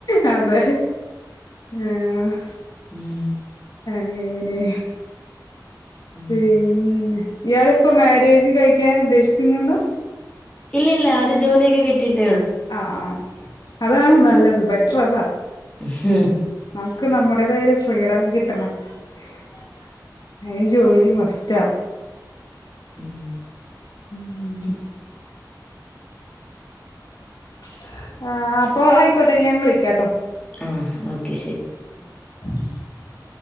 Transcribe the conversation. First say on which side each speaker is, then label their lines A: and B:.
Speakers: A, on the left (about 65°); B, on the left (about 15°).
A: അ അതെഹ് ആഹ് ഹ്
B: ഉം <unintelligible>
A: അഎങ്ങനെ ഹ്
B: ഉം.
A: പി.. ന്നെ ഇയാളിപ്പോൊ മാരേജ് കഴിക്കാൻ ഉദ്ദേശിക്കുന്നുണ്ടോ
B: ഇല്ലില്ലാ ഒരു ജോലിയൊക്കെ കിട്ടി <unintelligible>
A: അ ആ അതാണ് നല്ലത് ബെറ്റർ അതാ
B: ഹ്മ്മ്
A: നമക്ക് നമ്മുടേതായ ഒരു ഫ്രീഡം കിട്ടണം <inaudible> അയ്‌ന് ജോലി മസ്റ്റാ..
B: ഊം
A: മ്... മമ് <inaudible> ആ പ്പോ ആയിക്കോട്ടെ ഞാൻ വിളിക്കാട്ടോ
B: ആ ഓക്കെ ശരി
A: <unintelligible>